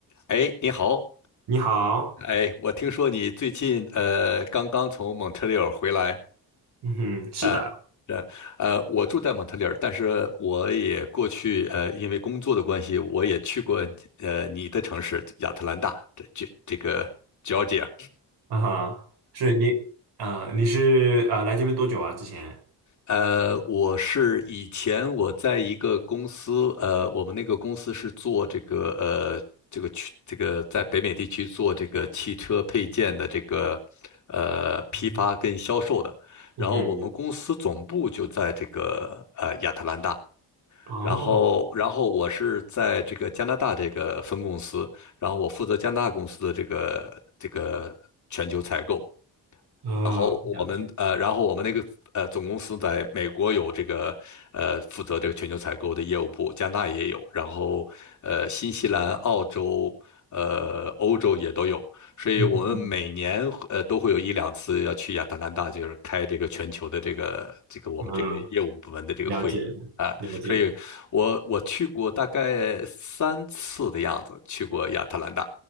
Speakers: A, on the left; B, on the right.
A: 哎，你好，
B: 你好，
A: 哎，我听说你最近呃刚刚从蒙特利尔回来，
B: 嗯哼，是的，
A: 呃，呃，呃，我住在蒙特利尔，但是我也过去呃因为工作的关系，我也去过呃你的城市亚特兰大，这这这个 Georgia。
B: 啊哈，是你，啊，你是啊，来这边多久啊？之前？
A: 呃，我是以前我在一个公司，呃，我们那个公司是做这个呃这个区这个在北美地区做这个汽车配件的这个呃批发跟销售的，
B: 嗯
A: 然后我们公司总部就在这个呃亚特兰大，
B: 嗯哼，哦，
A: 然后然后我是在这个加拿大这个分公司，然后我负责加拿大公司的这个这个全球采购。
B: 嗯，
A: 然后我们呃，
B: 了解，
A: 然后我们那个呃总公司在美国有这个呃负责这个全球采购的业务部，加拿大也有，然后呃新西兰、澳洲、呃欧洲也都有，所以我们每年呃都会有一两次要去亚特兰大，
B: 嗯嗯
A: 就是开这个全球的这个这个我们这个业务部门的这个会议。
B: 嗯，了解
A: 啊，
B: 了解，
A: 所以我我去过大概三次的样子，去过亚特兰大，